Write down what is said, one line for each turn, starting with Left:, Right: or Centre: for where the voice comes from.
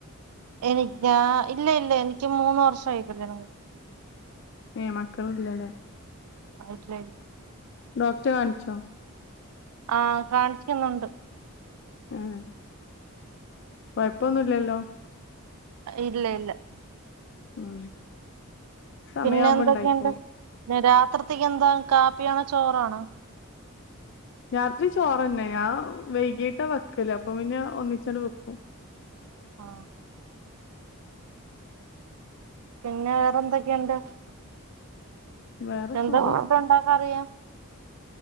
Right: എനി ഞാ ഇല്ല ഇല്ല എനിക്ക് മൂന്ന് വർഷം ആയിക്കല്
Left: ഏ മക്കളും ഇല്ലല്ലേ
Right: <unintelligible>
Left: ഡോക്ടർ കാണിച്ചോ
Right: ആ കാണിക്കുന്നുണ്ട്
Left: ഉം കൊഴപ്പൊന്നല്ലല്ലോ
Right: ഇല്ല ഇല്ല
Left: ഉം സമയാവുമ്പോ
Right: പിന്നെ എന്തൊക്കെയുണ്ട്
Left: ഉണ്ടായിക്കോളും
Right: രാത്രിത്തേക്ക് എന്താ കാപ്പിയണോ ചോറാണോ
Left: രാത്രി ചോറന്നെ ഞാൻ വൈകീട്ടാ വെക്കല് അപ്പൊ പിന്നെ ഒന്നിച്ചോണ്ട് വെക്കും
Right: ആ പിന്നെ വേറെന്തൊക്കെയണ്ട്
Left: വേറെ
Right: എന്താ
Left: സുഖം
Right: ഫുഡ ഉണ്ടാക്ക അറിയാം